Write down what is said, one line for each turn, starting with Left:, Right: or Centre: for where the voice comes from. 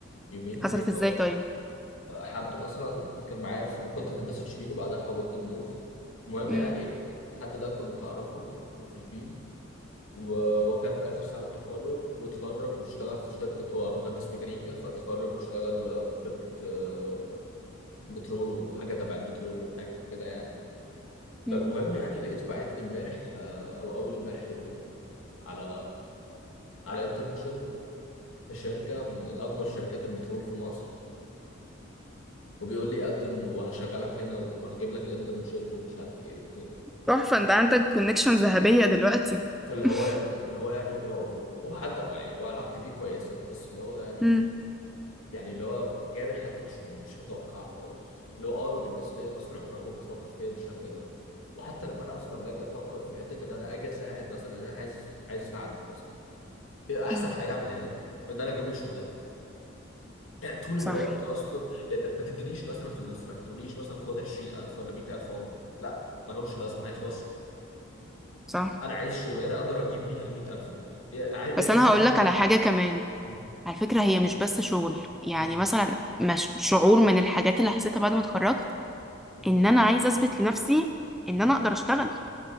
Left: يومين يومين
Centre: حصلت ازاي
Left: اه
Centre: طيب
Left: حد مثلا كان معايا في- انا كنت في هندسه شبين وبعدها حولت منوف المهم
Centre: امم
Left: يعني الحد ده كنت اعرفه في شبين و- وكان في اخر سنه تخرج واتخرج واشتغل في شركه آه، مهندس ميكانيكا فاتخرج واشتغل آه، في شركه آه، بترول وحاجه تبع البترول وحاجه كده يعني
Centre: امم
Left: فالمهم يعني لقيته باعت لي امبارح آه، او اول امبارح على على انترنشيب في شركه من اكبر شركات البترول في مصر وبيقول لي قدم وهشغلك هنا وهجيب لك الانترنشيب ومش عارف ايه وكده
Centre: تحفة انت عندك كونكشن ذهبية دلوقتي
Left: فاللي
Centre: <laughs>
Left: هو يا ابني اللي هو يعني اللي هو هو حد يعني هو علاقتي بيه كويسه بس اللي هو يعني
Centre: امم
Left: يعني اللي هو جابر حتى مش مش متوقعه خالص اللي هو اقرب الناس ليا اصلا عمرها ما بتفكر فيا بالشكل ده وحتى لما انا اصلا باجي افكر في حته ان انا اجي اساعد مثلا إن انا عايز عايز اساعدك مثلا ايه احسن
Centre: أمم.
Left: حاجه اعملها لك ان انا اجيب لك شغلانه لا طول
Centre: صح
Left: الوقت اصلا لان ما تدينيش مثلا فلوس ما تقوليش مثلا خد 20000 ولا 100000 اهو لا ما لهمش لازمه هيخلصوا
Centre: صح
Left: انا عايز شغلانه اقدر اجيب بيها ال 100000 دول هي
Centre: بس
Left: هي نفس
Centre: انا هقول
Left: فكره
Centre: لك على حاجة كمان
Left: مم.
Centre: على فكرة هي مش بس شغل يعني
Left: مم.
Centre: مثلا مش شعور من الحاجات اللي حسيتها بعد ما اتخرجت
Left: مم.
Centre: ان انا عايزة اثبت لنفسي
Left: مم.
Centre: ان انا اقدر اشتغل